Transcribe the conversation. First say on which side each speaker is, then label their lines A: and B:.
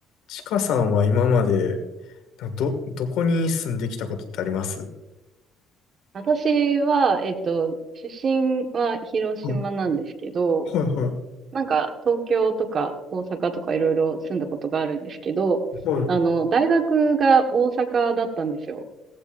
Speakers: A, on the left (about 80°); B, on the right (about 45°).
A: ちかさんは今まで、など、どこに住んできたことってあります
B: 私は、えっと、出身は広島なんですけど、
A: はい、はい、は
B: なんか東京とか大阪とかいろいろ住んだことがあるんですけど、
A: い、
B: あの、大学が大阪だったんですよ。